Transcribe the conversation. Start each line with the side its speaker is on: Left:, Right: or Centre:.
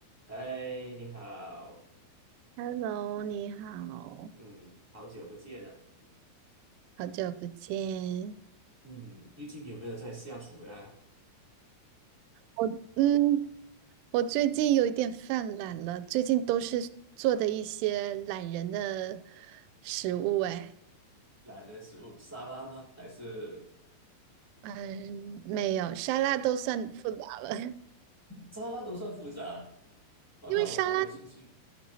Centre: 哎，你好，
Right: Hello，你好，
Centre: 嗯，好久不见了，
Right: 好久不见。
Centre: 嗯，最近有没有在下厨呀？
Right: 我嗯，我最近有一点犯懒了，最近都是做的一些懒人的食物。哎，
Centre: 懒人食物沙拉吗？还是
Right: 嗯，没有，沙拉都算复杂了，
Centre: 沙拉都算复杂？
Right: <laughs>
Centre: 哦，
Right: 因为沙拉
Centre: 那我好有兴趣。